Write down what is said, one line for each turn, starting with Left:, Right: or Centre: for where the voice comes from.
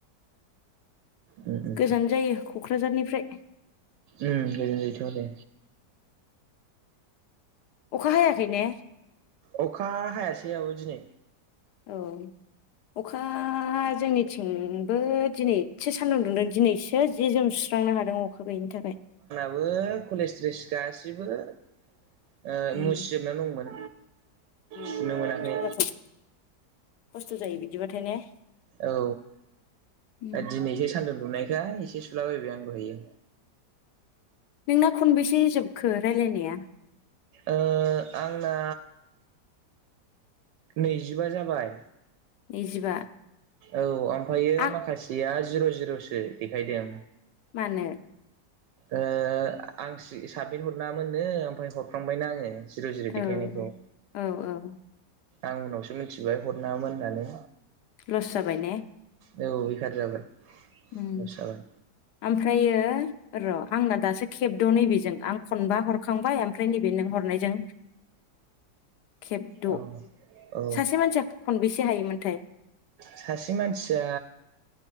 Right: उम उम
Left: गोजान जायो क'क्राझारनिफ्राय।
Right: उम गोजोन जायोथ' आरो।
Left: अखा हायाखै ने?
Right: अखा हायासै आब' दिनै।
Left: औ अखा जोंनिथिंबो दिनै एसे सान्दुं दुंदों दिनैसो जि जोम सुस्रांनो हादों। अखा गैयैनि थाखाय।
Right: बो कलेज द्रेस गासिबो ओ
Left: उम
Right: मुसिजोबना दंमोन
Left: उम
Right: सुनो मोनाखै।
Left: खस्थ' जाथारो खस्थ' जायो बिदिबाथाय ने।
Right: औ
Left: उम
Right: दिनैसो सान्दुं दुंनाय <unintelligible> एसे सुलाबायबाय आं दहैयो।
Left: नोंना खनबेसे जोबखो रायलायनाया?
Right: ओ आंना नैजिबा जाबाय।
Left: नैजिबा।
Right: औ ओमफ्रायो
Left: आं
Right: माखासेया जिर' जिर'सो देखायदों।
Left: मानो?
Right: ओ आं साबमिट हरनाङामोननो ओमफ्राय हरफ्रांबायना आङो। जिर' जिर'
Left: औ
Right: देखायनायखौ।
Left: औ औ
Right: आं उनावसो मिथिबाय हरनाङामोन होननानै।
Left: लस जाबाय ने?
Right: औ बेखार जाबाय।
Left: उम
Right: लस जाबाय
Left: ओमफ्रायो र' आंना दासो खेबद' नैबेजों आं खनबा हरखांबाय ओमफ्राय नैबे नों हरनायजों खेबद'
Right: औ औ
Left: सासे मानसिया खनबेसे हायोमोनथाय?
Right: सासे मानसिया